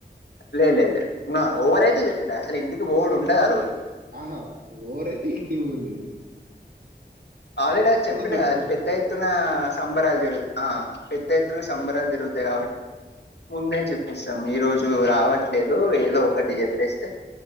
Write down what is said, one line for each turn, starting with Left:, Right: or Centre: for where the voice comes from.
Left: లే లే లే నా ఓవర్ అయితే చెప్పిన అసలు ఇంటికి బోడు ఉండదు ఆ రోజు
Right: ఆహా ఓ రైతే ఇంటికి పోండి
Left: ఆల్రెడీ అది చెప్పిన
Right: దొరికిపోతావు.
Left: కదా పెద్ద ఎత్తున సంబరాలు జరుగు ఆహ్ పెద్ద ఎత్తున సంబరాలు జరుగుతాయి కాబట్టి ముందే చెప్పిస్తాం ఈరోజు రావట్లేదు ఏదో ఒకటి చెప్పేస్తే